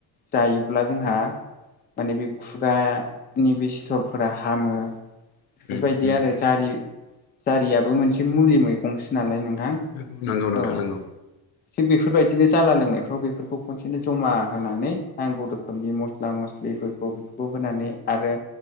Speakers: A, on the left; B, on the left.
A: जायोब्ला जोंहा माने बे खुगानि बे सिथरफोरा हामो। बेफोरबायदि
B: उम उम
A: आरो जारि जारियाबो मोनसे मुलि मैगंसो नालाय नोंथां।
B: नोंगौ नंगौ नोंथां
A: औ
B: नांगौ।
A: थिग बेफोरबायदिनो जाला लोंनायफ्राव बेफोरखौ खनसेनो ज'मा होनानै नांगौ रोखोमनि मस्ला मस्लि बेफोरखौ बेफोरखौ होनानै आरो